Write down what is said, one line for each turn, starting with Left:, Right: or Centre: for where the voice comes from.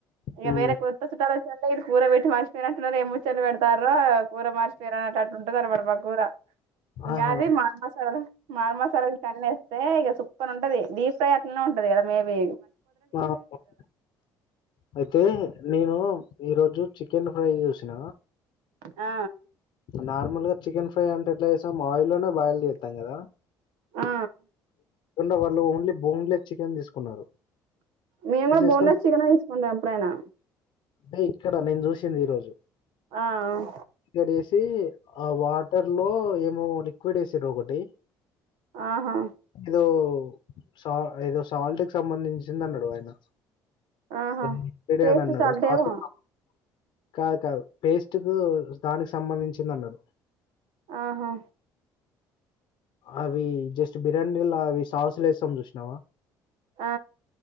Right: ఇగ
Left: హ్మ్.
Right: వేరే కొత్త చుట్టాలు వచ్చ ఇడ అంటే కూర పెట్టి మర్చపోయినట్టున్నారు ఏ ముచ్చలు పెడతారో కూర మచపోయినారా అట్టుంటుంది అన్నమాట మా కూర ఇగా
Left: ఆహా!
Right: అది మారు మసాలా మాారు మసాలాలు తన్నెస్త సే ఇక సుప్పు సూపర్ గా ఉంటుంది డీప్ ఫ్రై అట్లానే ఉంటుంది కదా మే బి
Left: <unintelligible> అయితే నేను ఈరోజు చి చికెన్ ఫ్రై చేసిన
Right: ఆ
Left: నార్మల్ గా చికెన్ ఫ్రై అంటె ఇట్లాసాం మాయిల్లోనే బాయల్ చేస్తాం కదా
Right: ఆ
Left: కుండా వాళ్ళు ఓన్లీ బోన్లెస్ చికెన్ తీసుకున్నారు
Right: మేము
Left: తీసేసుకొని
Right: కూడా బోన్లెస్ చికెన్ తీసుకుంటా ఎప్పుడైనా
Left: టే ఇక్కడ నేను చూసింది ఈ రోజు
Right: ఆఁ
Left: పొడి ఏసి ఆ వాటర్ లో ఏమో లిక్విడ్ ఏసిండ్రు ఒకటీ
Right: ఆహా
Left: జ్యో పో సాల్ ఏదో సాల్ట్ కి సంబంధించింది అన్నాడు ఆయన
Right: ఆహా
Left: <unintelligible>
Right: టేస్ట్
Left: అన్నాడు
Right: సాల్ట్
Left: <unintelligible>
Right: ఏమో
Left: కాదు కాదు పేస్ట్ కు దానికి సంబంధించింది అన్నారు
Right: ఆ హాఁ
Left: అవి జస్ట్ బిర్యానీలా అవి సాస్లు ఏస్తాం చూసినవా
Right: ఆ